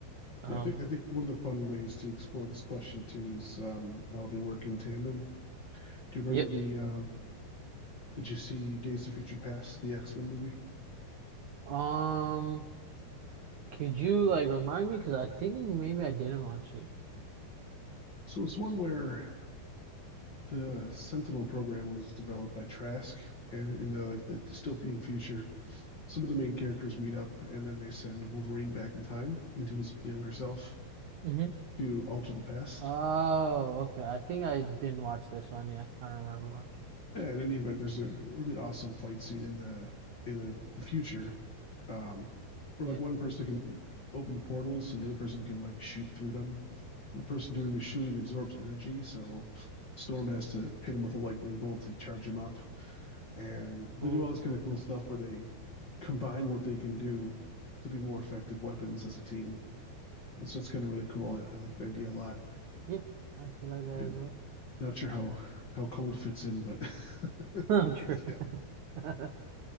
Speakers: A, on the right; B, on the left.
A: Um
B: Yeah, I think I think one of the fun ways to explore this question too is um, how they work in tandem. Do you remember
A: yep.
B: the? Um, did you see Days of Future Past, the X Men movie?
A: Um could you like remind me? Because I think maybe I didn't watch it.
B: So it's one where the Sentinel program was developed by Trask, and in the like the dystopian future, some of the main characters meet up, and then they send Wolverine back in time into his younger self
A: hmm
B: to alter the past.
A: Oh, okay. I think I didn't watch this one, yeah. I don't remember much.
B: Yeah, in any event, there's a really awesome fight scene in the in the, the future, um, where
A: Yeah.
B: like one person can open portals and the other person can like shoot through them. And the person doing the shooting absorbs energy, so Storm has to hit him with a lightning bolt to charge him up. And they
A: Well,
B: do all this kind of cool stuff where they combine what they can do to be more effective weapons as a team. And so it's kind of really cool. I, I like the idea a lot.
A: yeah. I feel like that
B: And
A: as well.
B: not sure how how cold fits in, but <laughs>
A: <laughs> True.
B: once again,
A: <laughs>